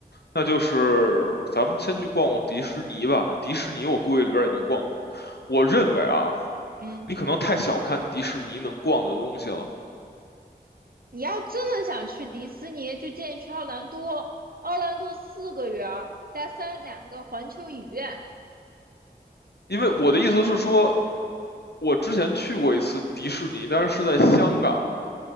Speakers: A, on the left; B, on the right.
A: 那就是咱们先去逛逛迪士尼吧，迪士尼我估计里边也能逛很我认为啊，
B: 嗯，
A: 你可能太小看迪士尼能逛的东西了。
B: 你要真的想去迪士尼，就建议去奥兰多。奥兰多四个园儿加三两个环球影院。
A: 因为我的意思是说，我之前去过一次迪士尼，但是是在香港的。